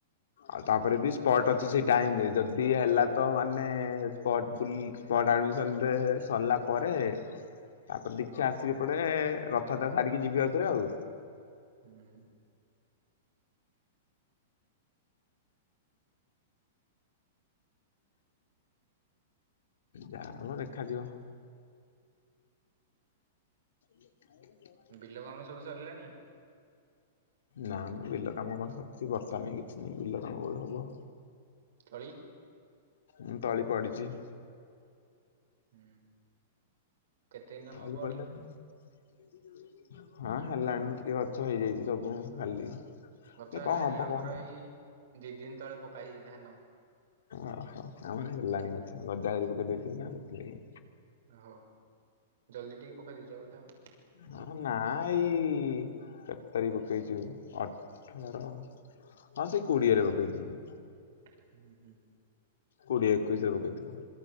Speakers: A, on the left; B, on the right.
A: ଆଉ ତାପରେ ବି ସ୍ପଟ ଅଛି ସେଇ ଟାଇମ ରେ ଯଦି ହେଲା ତ ମାନେ ସ୍ପଟ ବୁ ସ୍ପଟ ଆଡ଼ମିସନରେ ସରିଲା ପରେ ତାପରେ ଦେଖିଆ ଆସିବି ଏଇପଟେ ରଥଯାତ୍ରା ସାରିକି ଯିବି ଆଉଥରେ ଆଉ।
B: ହୁଁ
A: ଯାହବ ଦେଖାଯିବ। <unintelligible>
B: ବିଲ କାମ ସବୁ ସରିଲାଣି?
A: ନା ମ ବିଲ କାମ କଣ ସରିଛି ବର୍ଷା ନାହିଁ କିଛି ନାହିଁ ବିଲ କାମ କୁଆଡୁ ହବ।
B: ତଳୀ
A: ହୁଁ ତଳି ପଡିଛି।
B: ହୁଁ କେତେ ଦିନ ହବଣି
A: <unintelligible> ହଁ ହେଲାଣି ଟିକେ ଗଛ ହେଇଯାଇଛି ସବୁ ଖାଲି
B: ଗଛ
A: ଏ
B: ହେଲାଣି?
A: କଣ ହବ
B: ଆମର
A: କହନି?
B: ଏଇ ଦି ଦିନ ତଳେ ପକା ହେଇଛି ଧାନ।
A: ଓହୋ ଆମର ହେଲାଣି ଗଛ ଗଜା କରିକି ପକେଇ ଦେଇଥିଲୁ ନା ସେଥିଲାଗି।
B: ଓ ହୋ ଜଲ୍ଦି ଟିକେ ପକେଇ ଦେଇେଛ ବୋଧେ ଆଉ?
A: ହଁ ନାଁ ଏଇ କେତାରିଖ ପକେଇଛୁ ଅଠର ହଁ ସେଇ କୋଡିଏରେ ପକେଇଥିଲୁ।
B: <inaudible>
A: କୋଡ଼ିଏ ଏକୋଇଶରେ ପକେଇଥିଲୁ।